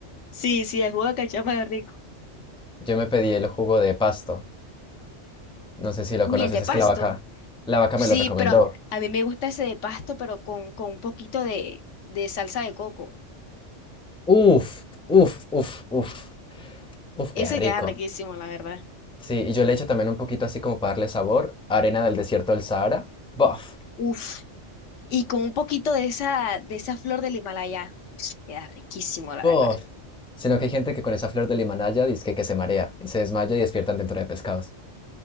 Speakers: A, on the left (about 80°); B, in the centre.
A: Sí, sí, el jugo de cachama es rico.
B: Yo me pedí el jugo de pasto. No sé si
A: Uy,
B: lo conoces,
A: el de pasto.
B: es que la vaca, la vaca
A: Sí,
B: me lo recomendó.
A: pero a mí me gusta ese de pasto, pero con, con un poquito de, de salsa de coco.
B: Uf, uf, uf, uf, uf,
A: Ese
B: qué
A: queda
B: rico.
A: riquísimo, la verdad.
B: Sí, y yo le echo también un poquito así como para darle sabor, arena del desierto del Sahara. Bof,
A: Uf, y con un poquito de esa, de esa flor del Himalaya. Queda riquísimo, la
B: bof.
A: verdad.
B: Sino que hay gente que con esa flor del Himalaya dice que, se marea y se desmaya y despiertan dentro de pescados.